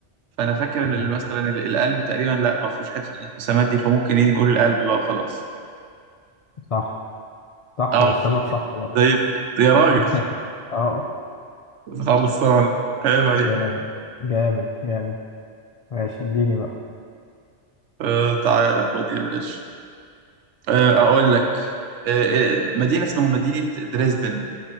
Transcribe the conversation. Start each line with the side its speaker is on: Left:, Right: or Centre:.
Right: فانا فاكر
Left: تمام.
Right: ال- مثلا ال- القلب تقريبا لا ما فيهوش حته الانقسامات دي فممكن ايه نقول القلب بقى وخلاص
Left: صح صح
Right: اه
Left: والسبب
Right: زي
Left: صح برضه
Right: زي الف- يا راجل
Left: <laughs> أه
Right: <laughs> خلصان عيب عليك
Left: جامد جامد جامد ماشي اديني بقى
Right: آه تعالى خد يا باشا آه اقول لك آه آه، مدينه اسمها مدينه دريسدن